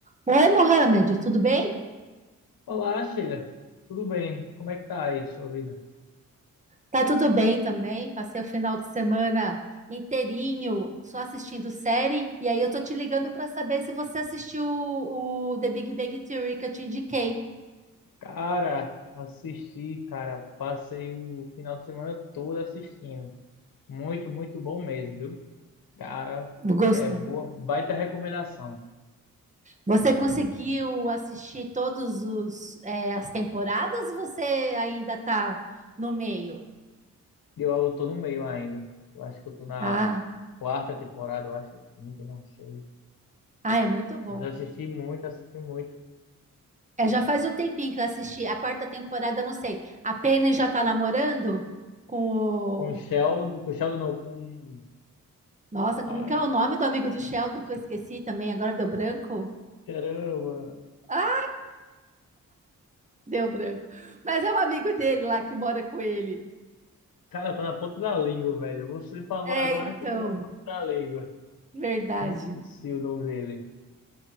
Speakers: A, on the right; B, on the left.
A: Oi, Mohamed, tudo bem?
B: Olá, Sheila. Tudo bem? Como é que tá aí sua vida?
A: Tá tudo bem também. Passei o final de semana inteirinho só assistindo série. E aí eu tô te ligando para saber se você assistiu o, o The Big Bang Theory que eu te indiquei.
B: Cara, assisti, cara, passei o final de semana todo assistindo. Muito, muito bom mesmo, viu? Cara,
A: Gostou?
B: é boa, baita recomendação.
A: Você conseguiu assistir todos os é, as temporadas? ou Você ainda tá no meio?
B: Eu, eu tô no meio ainda. Eu acho que eu tô na
A: Ah,
B: quarta temporada, eu acho, quinta, não sei.
A: ah, é muito bom.
B: Mas eu assisti muito, assisti muito.
A: É, já faz um tempinho que eu assisti a quarta temporada. Não sei. A Penny já tá namorando com
B: Com o Sheldon,
A: o
B: com o Sheldon não, com...
A: Nossa, como
B: Ai,
A: que é o nome do amigo do Sheldon que eu esqueci também? Agora deu branco?
B: caramba.
A: Ah, deu branco. Mas é um amigo dele lá que mora com ele.
B: Cara, tá na ponta da língua, velho. Você falou
A: É,
B: agora,
A: então,
B: e ficou na ponta da língua.
A: verdade.
B: Me esqueci o nome dele.